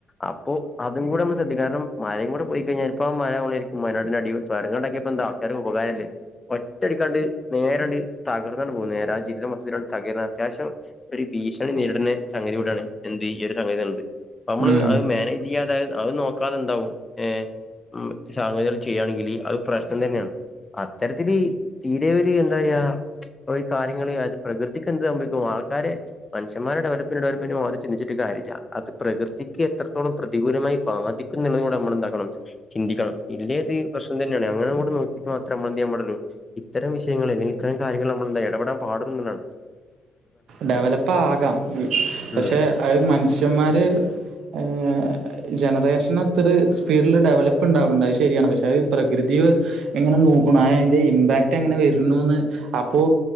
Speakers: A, on the left; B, on the right.
A: അപ്പോ അതും കൂടൊന്ന് കാരണം മഴയും കൂടെ പോയി കഴിഞ്ഞാൽ ഇപ്പ മഴരിക്കും വയനാടിന്റെ അടി തുരങ്കം ഉണ്ടാകിയപ്പോ എന്താ ആൾക്കാർക്ക് ഉപകാരമല്ലേ ഒറ്റടിക്കാണ്ട് നേരണ്ട് തകർന്നാണ് പോകുന്നേ നേരെ ആ ജില്ല മൊത്തം തകരുന്ന അത്യാവശ്യം ഒരു ഭീഷണി നേരിടുന്ന സംഗതി കൂടെയാണ് എന്ത് ഈ ഒരു സംഗതിയാണത്. നമ്മള്
B: ഉം
A: അത് മാനേജ് ഇയതായത് അവൻ നോ ക്കാതുണ്ടാവും ഏ ഉം <unintelligible> ചെയ്യുകയാണെങ്കിൽ അത് പ്രശ്നം തന്നെയാണ്. അത്തരത്തിൽ തീരെ ഒരു എന്താ പറയ ഒര് കാര്യങ്ങള് അത് പ്രകൃതിക്ക് എന്ത് സംഭവിക്കും ആൾക്കാരെ മനുഷ്യമാരുടെ ഡെവലപ്മെന്റ് ഡെവലപ്മെന്റ് ചിന്തിച്ചിട്ട് ഒരു കാര്യമില്ല. അത് പ്രകൃതിക്ക് എത്രത്തോളം പ്രതികൂലമായി ബാധിക് നമ്മളുണ്ടാക്കണം ചിന്തിക്കണം ഇല്ലേ ഇത് പ്രശ്നം തന്നെയാണ് അങ്ങനങ്ങോട്ടു നോക്കിയിട്ട് മാത്രമേ നാമ്മെന്ത് ചെയ്യാനും പാടുള്ളൂ ഇത്തരം വിഷയങ്ങൾ അല്ലെങ്കിൽ ഇത്തരം കാര്യങ്ങൾ നമ്മൾ എന്താ ഇടപെടാൻ പാടുള്ളൂന്നതാണ്.
B: ഡെവലപ്പ് ആകാം പക്ഷെ
A: ഉം
B: അത് മനുഷ്യന്മാര് ഏ ജനറേഷൻ ഭക്ഷണത്തില് സ്പീഡില് ഡെവലപ്പ്ണ്ടാവണ്ട് അത് ശരിയാണ് പക്ഷെ പ്രകൃതി എങ്ങനെ നോക്കുണു അതിന്റെ ഇമ്പാക്ട് എങ്ങനെ വരുന്നുന്ന് അപ്പോ